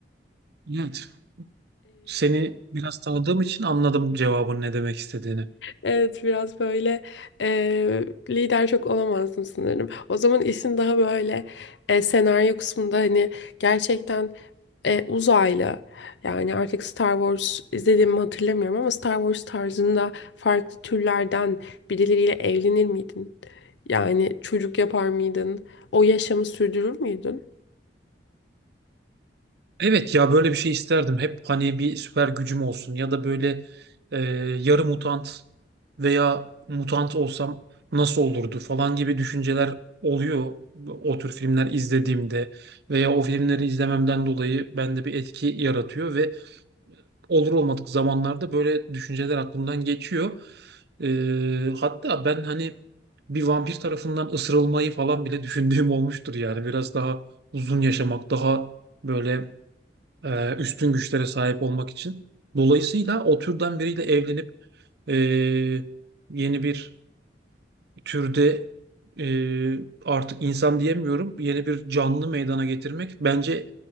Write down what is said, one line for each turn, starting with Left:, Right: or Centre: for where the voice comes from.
Right: Evet. Seni biraz tanıdığım için anladım cevabın ne demek istediğini.
Left: Evet biraz böyle eee, lider çok olamazdım sanırım. O zaman işin daha böyle e, senaryo kısmında hani gerçekten e, uzaylı yani artık Star Wars izlediğimi hatırlamıyorum ama Star Wars tarzında farklı türlerden birileriyle evlenir miydin? Yani çocuk yapar mıydın? O yaşamı sürdürür müydün?
Right: Evet ya böyle bir şey isterdim. Hep hani bir süper gücüm olsun ya da böyle e, yarı mutant veya mutant olsam nasıl olurdu falan gibi düşünceler oluyor o tür filmler izlediğimde veya o filmleri izlememden dolayı bende bir etki yaratıyor ve olur olmadık zamanlarda böyle düşünceler aklımdan geçiyor. E, hatta ben hani bir vampir tarafından ısırılmayı falan bile <laughs> düşündüğüm olmuştur yani biraz daha uzun yaşamak daha böyle e, üstün güçlere sahip olmak için. Dolayısıyla o türden biriyle evlenip e, yeni bir türde e, artık insan diyemiyorum yeni bir canlı meydana getirmek bence